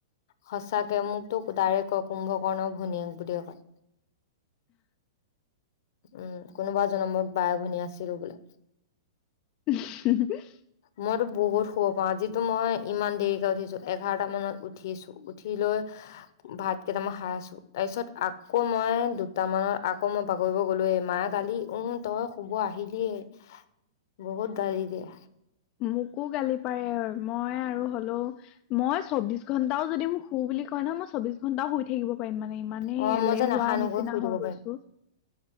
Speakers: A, on the left; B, on the left.
A: সঁচাকে মোক ত ডাৰেক্ট কয়, কুম্ভকৰ্ণ ভনীয়েক বুলিয়ে কয়। উম, কোনোবা জনমত বায়-ভনী আছিলো বোলে।
B: <unintelligible>
A: মইতো বহুত শুব পাওঁ, আজিতো মই ইমান দেৰিকে উঠিছোঁ। এঘাৰটা মানত উঠিছো, উঠি লৈ ভাত কেইটামান খায় আছোঁ, তাৰপিছত আকৌ মই দুটামানত আকৌ মই বাগৰিব গলোয়েই, মায়ে গালি উম, তই শুব আহিলিয়েই, বহুত গালি দিয়ে।
B: মোকো গালি পাৰে, মই আৰু হ'লেও মই চৌবিশ ঘণ্টাও যদি মোক শু বুলি কয় নহয় মই চৌবিশ ঘন্টাও শুই থাকিব <unintelligible> মানে ইমানে,
A: অ
B: এলেহুৱা
A: মই যে নাসানুকৈ
B: নিচিনা
A: শুই দিব
B: হৈ গৈছো
A: পাৰিম